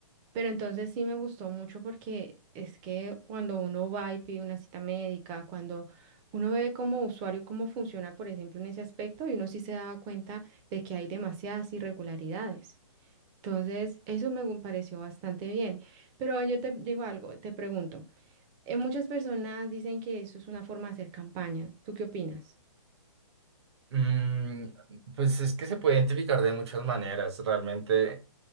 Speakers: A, on the right; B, on the right.
A: pero entonces sí me gustó mucho porque es que cuando uno va y pide una cita médica, cuando uno ve como usuario cómo funciona, por ejemplo, en ese aspecto, y uno sí se daba cuenta de que hay demasiadas irregularidades. Entonces, eso me gu- pareció bastante bien. Pero yo te digo algo, te pregunto, eh, muchas personas dicen que eso es una forma de hacer campaña. ¿Tú qué opinas?
B: Mm, pues es que se puede identificar de muchas maneras, realmente.